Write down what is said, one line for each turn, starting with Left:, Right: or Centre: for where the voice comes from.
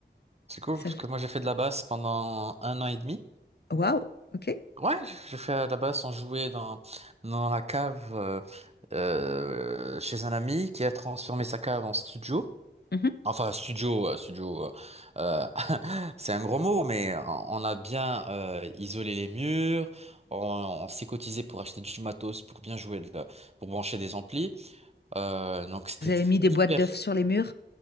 Right: c'est cool
Left: Ça
Right: parce que moi j'ai fait de la basse pendant un an et demi.
Left: Waouh, ok.
Right: Ouais, j'ai j'ai fait de la basse, on jouait dans, dans la cave euh, euh, chez un ami qui a transformé sa cave en studio.
Left: Mhm.
Right: Enfin, studio, euh, studio, euh, euh, <laughs> c'est un gros mot, mais on on a bien euh, isolé les murs, on, on s'est cotisé pour acheter du matos, pour bien jouer, de la- pour brancher des amplis. Euh, donc c'était
Left: Vous avez mis des boîtes
Right: hyper
Left: d'œufs sur les murs?